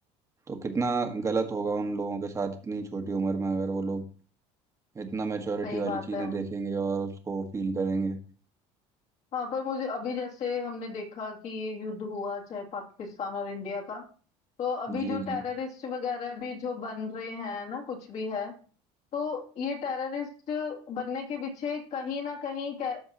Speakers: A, on the right; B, on the left.
A: तो कितना गलत होगा उन लोगों के साथ इतनी छोटी उम्र में अगर वो लोग इतना मैच्योरिटी
B: सही
A: वाली
B: बात
A: चीज़ें
B: है
A: देखेंगे और उसको फील करेंगे
B: हाँ पर मुझे अभी जैसे हमने देखा कि ये युद्ध हुआ चाहे पाकिस्तान और इंडिया का तो अभी
A: जी
B: जो
A: जी
B: टेररिस्ट वगैरह भी जो बन रहे हैं ना कुछ भी है तो ये टेररिस्ट बनने के पीछे कहीं ना कहीं कह,